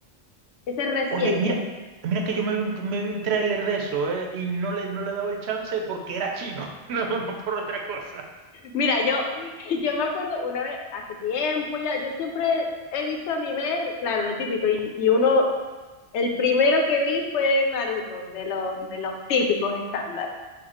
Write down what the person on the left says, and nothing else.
Ese es reciente.
Mira, yo, <laughs> yo me acuerdo una vez, hace tiempo ya, yo siempre he visto anime, claro, lo típico, y, y uno El primero que vi fue Naruto, de los, de los típicos estándar.